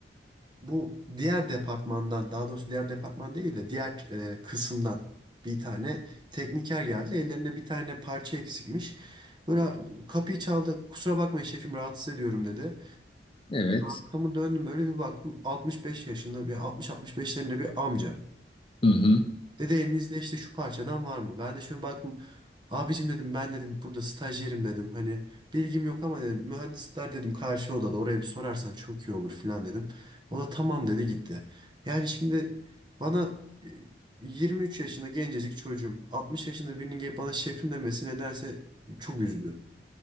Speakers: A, on the right; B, on the left.
A: Bu diğer departmandan, daha doğrusu diğer departman değil de diğer e, kısımdan bir tane tekniker geldi. Ellerinde bir tane parça eksikmiş. Böyle kapıyı çaldı. Kusura bakmayın şefim rahatsız ediyorum dedi.
B: Evet.
A: Arkamı döndüm böyle bir baktım. 65 yaşında bir 60-65'lerinde bir amca.
B: Hı hı.
A: Dedi elinizde işte şu parçadan var mı? Ben de şöyle baktım. Abicim dedim ben dedim burada stajyerim dedim. Hani bilgim yok ama dedim mühendisler dedim karşı odada oraya bir sorarsan çok iyi olur falan dedim. O da tamam dedi gitti. Yani şimdi bana e, 23 yaşında gencecik çocuğum 60 yaşında birinin gelip bana şefim demesi nedense çok üzdü.